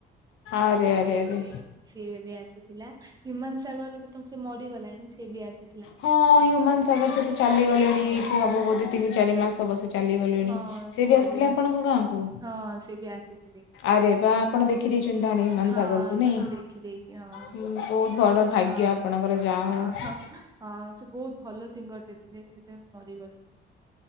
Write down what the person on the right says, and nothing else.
ସେ
ସେ ସିଏ ଏବେ ଆସି ଥିଲା ହ୍ୟୁମାନ ସାଗରର ବି ତମ ସେ ମରିଗଲାଣି ସିଏ ବି ଆସି
ହଁ
ହଁ ସେ
ଚାଲିଗଲେ
ହଁ ସେ ବି ଆସିଥିଲେ
ହଁ
ତାଙ୍କୁ
ଦେଖିଦେଇଛି ହଁ
ଆଉ
ହଁ
ହଁ ହଁ ସେ ବହୁତ ଭଲ ସିଙ୍ଗର ଥିଲେ ଥିଲେ ସେ ମରିଗଲେ।